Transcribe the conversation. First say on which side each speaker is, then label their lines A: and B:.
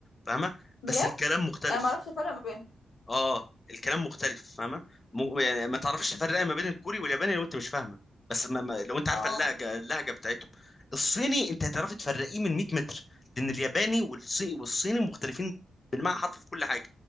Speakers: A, on the left; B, on the left.
A: فاهمه
B: بجد
A: بس الكلام مختلف
B: يعني ما اعرفش افرق ما بينهم
A: اه الكلام مختلف فاهمه م... يعني ما تعرفش
B: مم.
A: تفرق ما بين الكوري والياباني لو انت مش فاهمه بس ما... ما... لو انت
B: اه
A: عارفه اللهجه اللهجه بتاعتهم الصيني انت هتعرف تفرقيه من 100 متر لان الياباني والصيني والصيني مختلفين بالمعنى حرف في كل حاجه